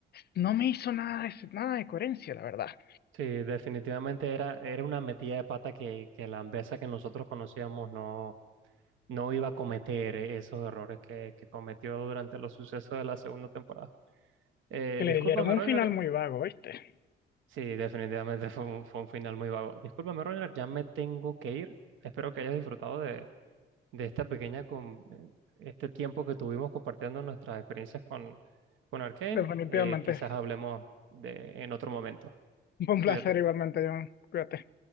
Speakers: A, on the left (about 55°); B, on the right (about 80°).
A: No me hizo nada de, nada de coherencia, la verdad.
B: Sí, definitivamente era, era una metida de pata que, que la Ambesa que nosotros conocíamos no, no iba a cometer esos errores que, que cometió durante los sucesos de la segunda temporada. Eh,
A: Que le
B: discúlpame,
A: dieron un
B: Reiner.
A: final muy vago, ¿viste?
B: Sí, definitivamente <laughs> fue un, fue un final muy vago. Discúlpame, Reiner, ya me tengo que ir. Espero que hayas disfrutado de, de esta pequeña, con, eh, este tiempo que tuvimos compartiendo nuestras experiencias con, con Arcane.
A: Definitivamente.
B: Eh, quizás hablemos de, en otro momento.
A: <laughs> un
B: Cuídate.
A: placer igualmente, John. Cuídate.